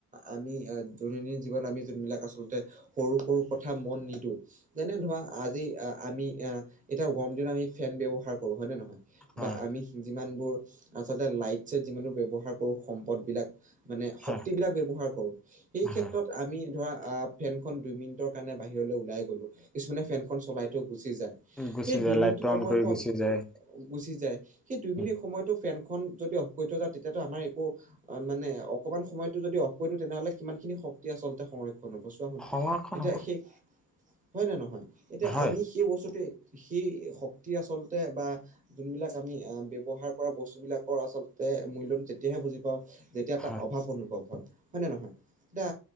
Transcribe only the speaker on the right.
আমি এ দৈনন্দিন জীৱন আমি যোনবিলাক আচলতে সৰু সৰু কথা মন নিদিওঁ। যেনে ধৰা আজি এ, আমি এ, এতিয়া গৰম দিনত আমি ফেন ব্যৱহাৰ কৰোঁ, হয়নে নহয়?
বা আমি যিমানবোৰ আচলতে লাইটচ যিমানবোৰ ব্যৱহাৰ কৰো, সম্পদবিলাক মানে
শক্তি বিলাক ব্যৱহাৰ কৰো। এই ক্ষেত্ৰত
আমি ধৰা আ, ফেনখন দুই মিনিটৰ কাৰণে বাহিৰলৈ ওলাই গ'লো। কিছুমানে ফেনখন চলাই থৈ গুচি যায়।
সেই
দুই মিনিট
সময়খন
গুচি যায়। সেই দুই
মিনিট সময়টো ফেনখন যদি অফ কৰি থৈ যা তেতিয়াতো আমাৰ একো অ মানে, অকমান সময়টো যদি অফ কৰি দিওঁ তেনেহলে কিমান খিনি শক্তি আচলতে সংৰক্ষণ হব চোৱাছোন।
এতিয়া
সে, হয় নে নহয়? এতিয়া
আমি সেই বস্তুটো সেই শক্তি আচলতে বা যোনবিলাক আমি আহ ব্যৱহাৰ কৰা বস্তুবিলাকৰ আচলতে মূল্যটো তেতিয়াহে বুজি পাওঁ। যেতিয়া টা
অভাৱ অনুভৱ হয় হয় নে নহয়? তা